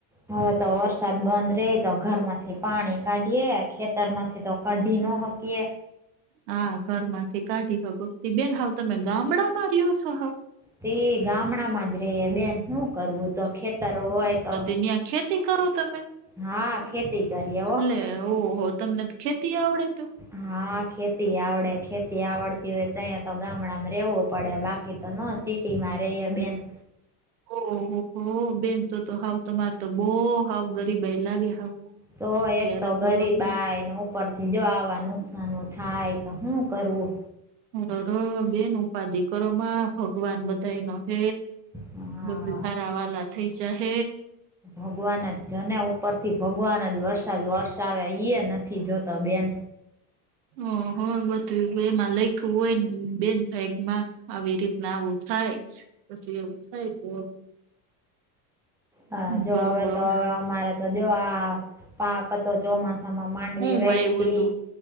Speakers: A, in the centre; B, on the right.
A: હવે તો વરસાદ બંધ રે તો ઘરમાંથી પાણી કાઢીએે ખેતર માંથી. તો કઢિ ન હકીએ.
B: હા ઘર માંથી કાઢી હકો બેન હાવ તમે ગામડા માર્યો છો હાવ.
A: તે ગામડામાં જ રે બેન શું કરવું તો ખેતર હોય તો.
B: ની આખ્યાત. ખેતી કરો તમે
A: હા ખેતી કરીએ હો
B: લે ઓહો તમને ખેતી આવડે તો.
A: હા ખેતી આવડે ખેતી આવડતી હોય તો અહીંયા તો ગામડામાં રેવું પડે બાકી તો ન. સિટીમાં રહી બેન.
B: ઓહ હો બેનતો તો હાવ તો મારે. તો બહ હાવ ગરીબાઈ લાગે હાવ
A: તો
B: અત્યારે
A: એક
B: તો.
A: ગરીબાય ને ઉપરથી જો આવા નુકસનો થાય તો શું કરવું.
B: અરર બેન ઉપાધીિકરોમાં. ભગવાન બધા ન હ
A: હા
B: બધું હારવાના થઈ જા હ.
A: ભગવાન જ જને ઉપરથી ભગવાન જ વરસાદ વરસાવ્યા ઈ એ નથી જોતો બેન.
B: ઓ હ બધું એમાં લખું હોય ને બેન ભગમાં. આવી રીતના આવું થાય પછી એવું થાય તો.
A: હા
B: હું
A: જો
B: કરવું
A: હવે તોવે અમારે તો જો આ પાક હતો ચોમાસ. માંડવીવા
B: હું વાયવું
A: ત
B: તું